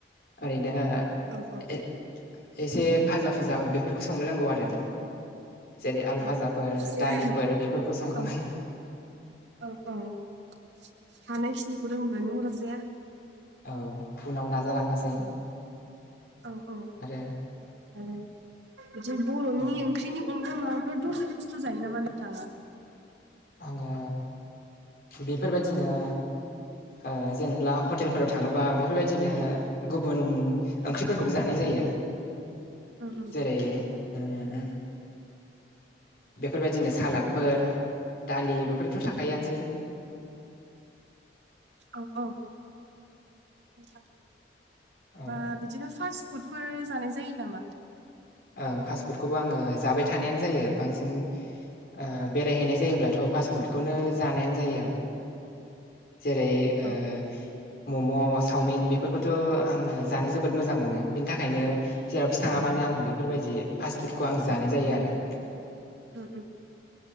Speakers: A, on the left; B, on the right.
A: ओरैनो इदि
B: औ औ
A: एसे फाजा-फुजा बेफोरखौ संनो रोंगौ आरो। जेरै आलु
B: औ
A: फाजाफोर,
B: औ अरजाया
A: दालिफोर बेफोरखौ
B: आरो
A: संखांबाय।
B: औ औ हानायखिनिखौ रोंब्लानो अरजाया।
A: औ उनाव नाजालांनोसै।
B: औ औ औ
A: आरो
B: आरो बिदि बर'नि
A: औ
B: ओंख्रिनि अनगा माबाफोर दस्रा बुस्थु जायो नामा नोंथाङा?
A: आङो बेफोरबायदिनो ओ जेनेब्ला हटेलफोराव थाङोबा बेफोरबायदिनो गुबुन ओंख्रिफोरखौबो जानाय जायो
B: उम उम
A: जेरै उम बेफोरबायदिनो सालादफोर दालि बेफोरथ' थाखायोनोसै।
B: औ औ थायो
A: औ
B: बा बिदिनो फार्स्ट फुडफोर जानाय जायो नामा?
A: ओं फास्टफुदखौबो आङो जाबाय थानायानो जायो बांसिन ओ बेरायहैनाय जायोब्लाथ' फास्ट फुडखौनो जानायानो जायो आं। जेरै ओ
B: औ
A: मम' सावमिन बेफोरखौथ' आङो जानो जोबोद मोजां मोनो बिनि थाखायनो जेरावखि थाङा मानो आं बेफोरबायदि फास्ट फुडखौ आं जानाय जायो आरो।
B: उम उम